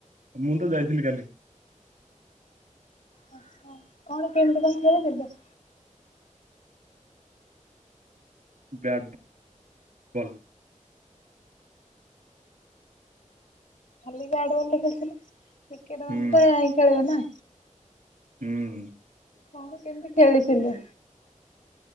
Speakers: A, on the right; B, on the left.
A: ମୁଁ ତ ଯାଇଥିଲି କାଲି।
B: ଆଛା କଣ କେମିତି କଣ ଖେଳି ଥିଲେ?
A: Bat ball.
B: ଖାଲି ବ୍ୟାଟ ବଲରେ ଖେଳି ଥିଲେ, କ୍ରିକେଟ
A: ହୁଁ
B: ମାନେ ତ ଏଇ ଖେଳିବେ ନା।
A: ହୁଁ।
B: କଣ କେମିତି ଖେଳିଥିଲେ?